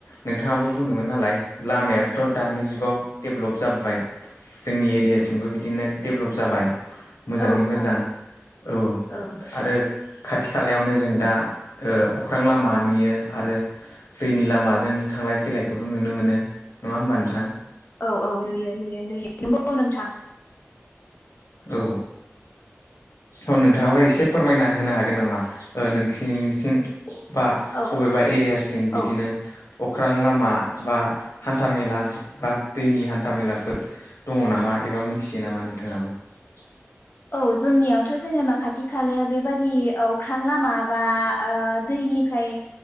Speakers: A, on the left; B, on the left.
A: नोंथाङाबो बुंदोंमोन नालाय। लामायाबोथ' दानि जुगाव डेभ्लप जाबोबाय जोंनि एरियाथिंबो बिदिनो डेभ्लप जाबाय। मोजाङै
B: औ
A: मोजां
B: औ
A: औ
B: औ
A: आरो खाथि खालायावनो जों दा ओ अख्रां लामा नुयो। आरो दैनि लामाजों थांलाय फैलायखौबो नुनो मोनो नङा होमबा नोंथां?
B: औ, औ नुयो नुयो नुयो नंगौ। नंगौ नोंथां
A: औ औ थ' नोंथाङाबा इसे फोरमायना होनो हागोन नामा नोंसिनिसिं? बा
B: औ
A: अबेबा एरियासिम बिदिनो
B: औ
A: अख्रां लामा बा हान्थामेला बा दैनि हान्थामेलाफोर दङ नामा एबा मिथियो नामा नोंथाङाबो? <inaudible>
B: औ जोंनियाव थ जेनोबा खाथि खालाया बेबादि अख्रां लामा बा ओ दैनिफ्राय